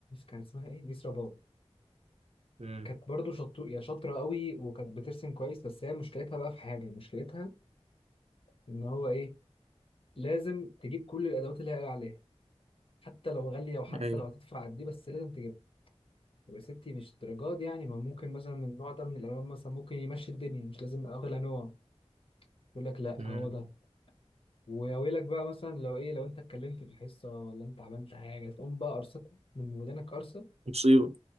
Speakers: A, on the left (about 55°); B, on the right (about 70°).
A: كان اسمها ايه؟ نسرة باب
B: امم
A: كانت برضو شطو... يعني شاطرة قوي وكانت بترسم كويس بس هي مشكلتها بقى في حاجة مشكلتها إن هو إيه لازم تجيب كل الأدوات اللي هي قايلة عليها حتى لو غالية وحتى
B: أيوة
A: لو هتدفع قد إيه بس لازم تجيبها يبقى ستي مش الدرجات دي يعني ما ممكن مثلا النوع ده من الألوان مثلا ممكن يمشي الدنيا مش لازم أغلى نوع يقول لك لأ
B: امم
A: هو ده ويا ويلك بقى مثلا لو إيه لو أنت اتكلمت في الحصة ولا أنت عملت حاجة تقوم بقى قرصتك من ودانك قرصة
B: مصيبة